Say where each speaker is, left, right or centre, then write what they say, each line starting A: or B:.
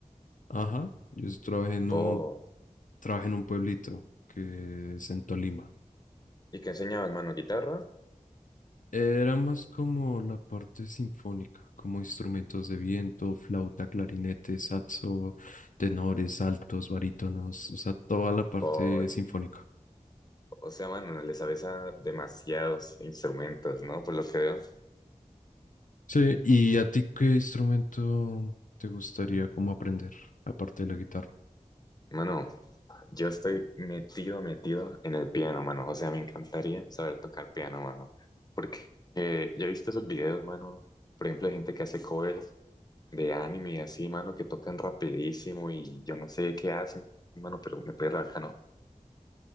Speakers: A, on the left; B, on the left.
A: Ajá, yo s- trabajé en
B: Vos.
A: un, trabajé en un pueblito que es en Tolima.
B: ¿Y qué enseñabas, mano? ¿Guitarra?
A: Era más como la parte sinfónica, como instrumentos de viento, flauta, clarinete, saxo, tenores, altos, barítonos, o sea, toda la parte
B: Vos.
A: sinfónica.
B: y- O sea, mano, le sabes a demasiados instrumentos, ¿no? Por lo que veo.
A: Sí, ¿y a ti qué instrumento te gustaría como aprender, aparte de la guitarra?
B: Mano, yo estoy metido, metido en el piano, mano. O sea, me encantaría saber tocar piano, mano. Porque eh, yo he visto esos videos, mano. Por ejemplo, de gente que hace covers de anime y así, mano, que tocan rapidísimo y yo no sé qué hacen, mano, pero me parece bacano.